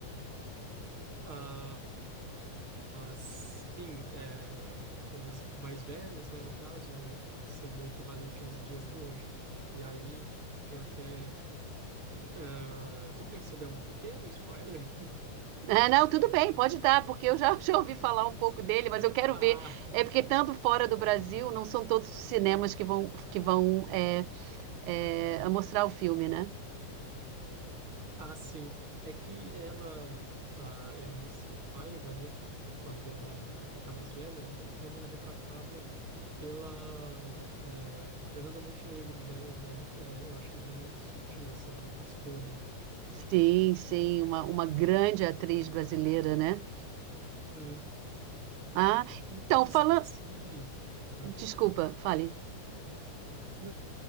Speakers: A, on the right (about 40°); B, on the right (about 80°).
A: Ah, Sim, é, eles mais velhos, né, no caso, no, o que seria o equivalente aos dias de hoje. E aí tem até. ah, tudo bem se eu der um pequeno spoiler?
B: É, não, tudo bem, pode dar, porque eu já, <laughs> já ouvi falar um
A: <laughs>
B: pouco
A: Assim,
B: dele, mas eu quero
A: ah,
B: ver.
A: <laughs>
B: É
A: sim.
B: porque tanto fora do Brasil, não são todos os cinemas
A: Hum,
B: que vão, que vão é, é, mostrar o filme, né?
A: ah, sim. É que ela, a Eunice Paiva, né, quando ela fica mais velha, no filme ela é retratada pela eh, Fernanda Montenegro, né? E aí eh, eu achei bem sutil essa escolha.
B: Sim, sim, uma, uma grande atriz brasileira, né?
A: Hum,
B: Ah,
A: Inclusive,
B: então, falando.
A: ah,
B: Desculpa, fale.
A: n-